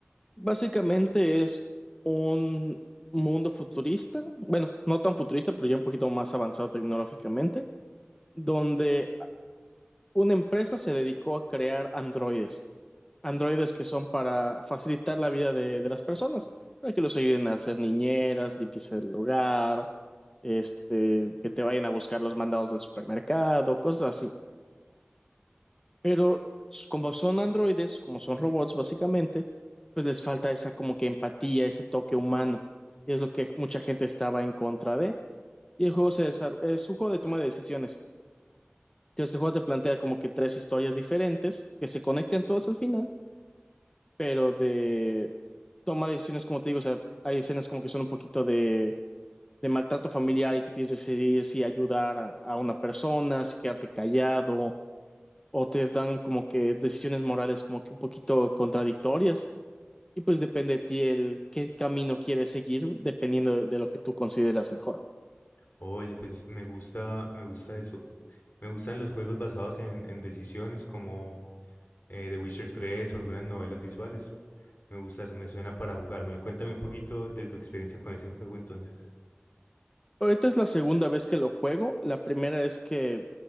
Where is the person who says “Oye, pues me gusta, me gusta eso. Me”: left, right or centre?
Left